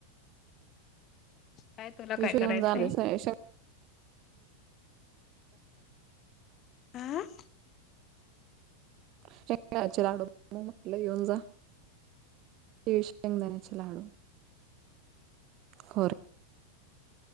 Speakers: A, on the left; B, on the right.
A: काय तुला
B: विष
A: काय करायचंय
B: येऊन जाले <unintelligible>
A: आं
B: शेंगदाण्याचे लाडू <unintelligible> म्हटलं येऊन जा ही शेंगदाण्याचे लाडू खरे